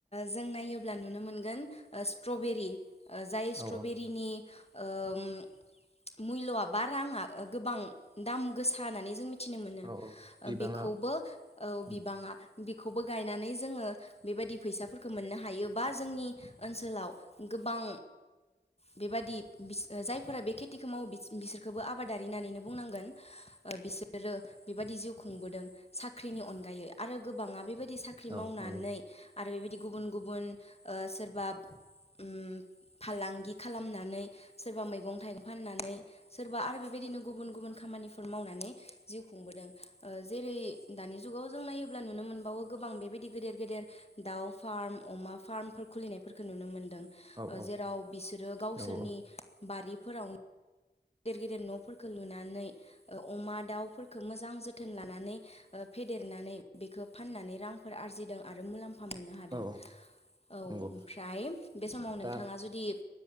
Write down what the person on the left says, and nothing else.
जों नायोब ब्ला नुनो मोनगोन स्त्रभेरी ओ जाय स्त्रबेरिनि
ओ म मुल्यआ बा राङा गोबां दाम गोसा होननानै जों मिथिनो मोनो
बेखौबो औ
बिबाङा बि बांखौबो गायनानै जोङो बेबायदि फैसाफोरखौ मोननो हायो। बा जोंनि ओनसोलाव गोबां बेबादि बिस जायफोरा बेखे खेथिखौ मावो बिसोरखौबो आबादारि होननानैनो बुंनांगोन ओ बिसोरो बेबादि जिउ खुंबोदों साख्रिनि अनगायै आरो गोबाङा बेबायदि साख्रि
मावनानै
आरो बेबायदि गुबुन गुबुन ओ सोरबा उम फालांगि खालामनानै सोरबा मैगं थाइगं फाननानै सोरबा आरो बेबायदिनो गुबुन गुबुन खामानिफोर मावनानै जिउ खुंबोदों जेरै दानि जुगाव जों नायोब्ला नुनो मोनबावो गोबां बेबायदि गेदेर गेदेर दाउ फार्म अमा फार्मफोर खुलिनायफोरखौ नुनो मोनो
जेराव बिसोरो गावसोरनि
बारिफोरावनो गदेर गिदेर न' फोर लुनानै अमा दाउफोरखौ मोजां जोथोन लानानै ओ फेदेरनानै फाननानै रांफोर आरजिदों आरो मुलाम्फा मोननो
हादों
औ
ओमफ्राय बे समाव नोंथाङा
जुदि